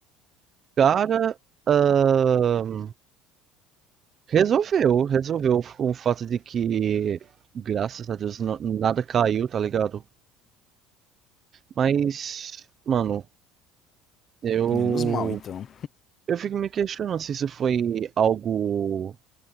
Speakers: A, on the right; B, on the left.
A: Cara, hã, resolveu, resolveu com o fato de que, graças a Deus, na nada caiu, tá ligado. Mas, mano, eu
B: Menos mal então.
A: eu fico me questionando se isso foi algo